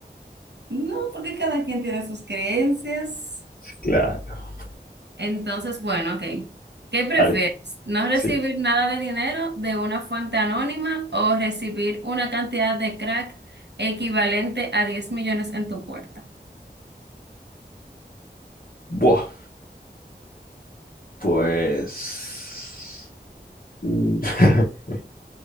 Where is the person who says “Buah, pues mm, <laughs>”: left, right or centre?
Left